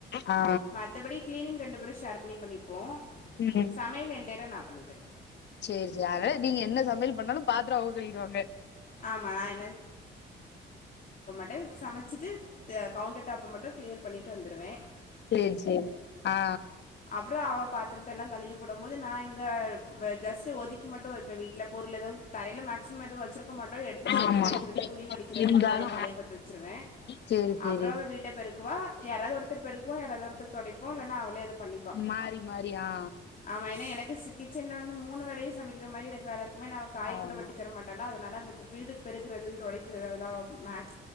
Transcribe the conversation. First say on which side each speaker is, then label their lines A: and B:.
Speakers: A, on the left (about 60°); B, on the left (about 45°).
A: ஆ
B: மத்தபடி கிளீனிங் ரெண்டு பேரு ஷேர் பண்ணி பண்ணிப்போ
A: ம்
B: சமையல் என்டயரா நா பண்ணிப்பே
A: சேரி சேரி அதாது நீங்க என்ன சமையல் பண்ணாலு பாத்துர அவுங்க கழுவிருவாங்க
B: ஆமா நான் மே சமைச்சிட்டு த கவுண்டர் டாப் மட்டு கிளியர் பண்ணிட்டு வந்துருவே
A: சேரி சேரி ஆ
B: அப்ற அவ பாத்திரத்தல்லா கழுவி போடும் போது நா இ ங்க வ ஜஸ்ட்டு ஒதுக்கி மட்டு வெப்ப வீட்ல பொருள் எதாது தரையில மேக்சிம எதுவு வச்சிருக்க மாட்டோ எடுத்து செல்ஃப்ல
A: ஆமா
B: வெக்கிறது துணி மடிக்கிறது
A: இருந்தாலு
B: இந்த மாரியான வேலைய பாத்து வச்சிருவே
A: சேரி சேரி
B: அப்புற அவ வீட்ட பெ ருக்குவா யாராது ஒருத்தர் பெருக்குவா யாராவது ஒருத்தர் தொடைப்போ இல்லனா அவளே அத பண்ணிப்பா
A: மாறி மாறி ஆ
B: ஆமா ஏன்னா எனக் கஸு கிச்சன்ல வந்து மூணு வேளையு சமைக்கிற மாரி எனக்கு வேல இருக்குமா நா அவ காய்
A: ஆமா
B: கூட வெட்டி தர மாட்டாளா அத தனால அந்த வீடு பெருக்குறது தொடைக்கிறது அதல்லா அவ மேக்